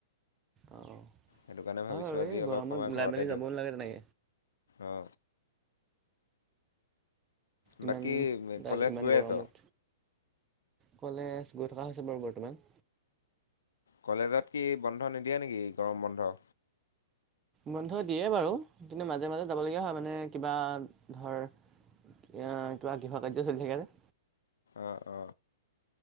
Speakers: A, on the right; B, on the left.
A: অ
B: সেইটো কাৰণে
A: হয়
B: ভাবিছোঁ
A: বাৰু
B: আজি
A: এই
B: অলপ
A: গৰমত
B: সময়
A: ওলাই
B: ঘৰতে
A: মেলি যাব
B: দিওঁ।
A: নালাগে তেনেকৈ
B: অ,
A: ইমান
B: বাকী কলেজ
A: ইমান
B: গৈ
A: গৰমত
B: আছ।
A: কলেজ গৈ থকা হৈছে বাৰু বৰ্তমান।
B: কলেজত কি বন্ধ নিদিয়ে নেকি, গৰম বন্ধ।
A: বন্ধ দিয়ে বাৰু। কিন্তু মাজে মাজে যাবলগীয়া হয় মানে কিবা ধৰ। কিবা গৃহ কাৰ্য চলি থাকে।
B: অ, অ,